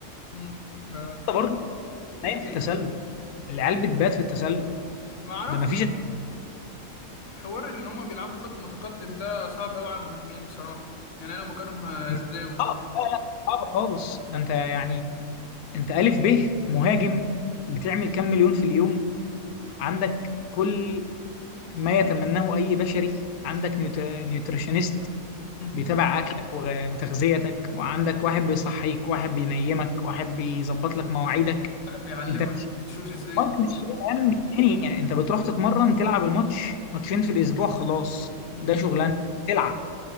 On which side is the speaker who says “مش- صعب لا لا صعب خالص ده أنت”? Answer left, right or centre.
Left